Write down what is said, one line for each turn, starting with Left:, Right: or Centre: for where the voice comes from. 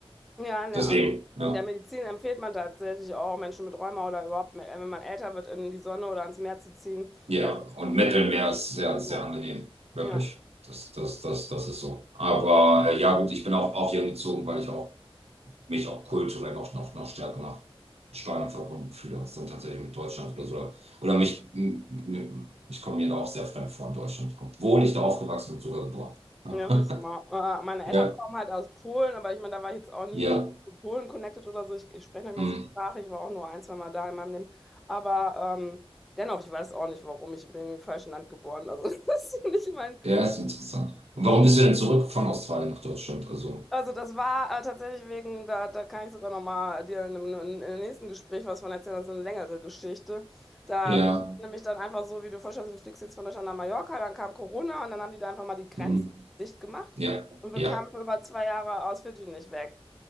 Centre: Ja, in der,
Right: Deswegen, ja.
Centre: in der Medizin empfiehlt man tatsächlich auch Menschen mit Rheuma oder überhaupt, wenn man älter wird, in die Sonne oder ans Meer zu ziehen.
Right: Ja,
Centre: Das ist,
Right: und Mittelmeer ist sehr, sehr
Centre: ja,
Right: angenehm. Wirklich.
Centre: ja.
Right: Das, das, das, das ist so. Aber äh, ja, gut, ich bin auch, auch hier gezogen, weil ich auch, mich auch kulturell noch, noch, noch stärker nach Spanien verbunden fühle, als dann tatsächlich mit Deutschland oder so. Oder mich, m- m- ich komme mir da auch sehr fremd vor in Deutschland, obwohl ich da aufgewachsen und sogar geboren. bin.
Centre: Ja,
Right: <laughs>
Centre: siehst du mal. Äh, Meine
Right: Ja,
Centre: Eltern kommen halt aus Polen, aber ich meine, da war ich jetzt auch nie
Right: ja,
Centre: so zu Polen connected oder so. Ich, ich spreche nicht mehr
Right: mm.
Centre: die Sprache. Ich war auch nur ein, zwei Mal da in meinem Leben. Aber ähm, dennoch, ich weiß auch nicht, warum ich bin im falschen Land geboren. Also, <laughs> das ist nicht mein.
Right: Ja, ist interessant. Und warum bist du denn zurück von Australien nach Deutschland? Also,
Centre: Also das war äh, tatsächlich wegen, da, da kann ich sogar nochmal dir in, in, in einem nächsten Gespräch was von erzählen, das ist eine längere Geschichte. Da
Right: ja,
Centre: bist du nämlich dann einfach so, wie du vorstellst, du fliegst jetzt von Deutschland nach Mallorca, dann kam Corona und dann haben die da einfach mal die Grenzen
Right: mm.
Centre: dicht gemacht
Right: Ja,
Centre: und wir
Right: ja,
Centre: kamen für über zwei Jahre aus Fidschi nicht weg.